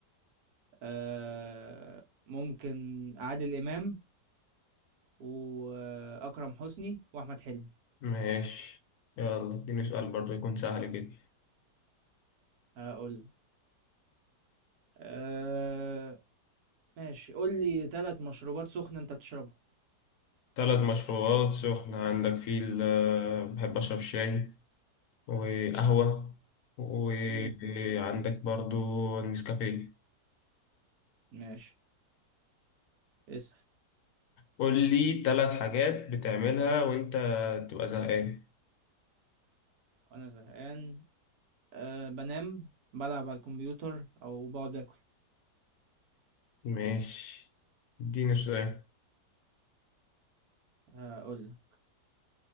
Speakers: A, on the right (about 65°); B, on the left (about 70°).
A: آه... ممكن عادل امام واكرم حسني واحمد حلمي
B: ماشي يلا اديني سؤال برضه يكون سهل كده
A: هقول لك آه... ماشي قول لي تلات مشروبات سخنة انت بتشربها
B: تلات مشروبات سخنة عندك في ال- بحب أشرب شاي وقهوة وعندك
A: امم
B: برضو النسكافيه
A: ماشي اسأل
B: قول لي ثلاث حاجات بتعملها وانت تبقى زهقان
A: وانا زهقان آه... بنام بلعب على الكمبيوتر او بقعد اكل
B: ماشي اديني سؤال
A: هقول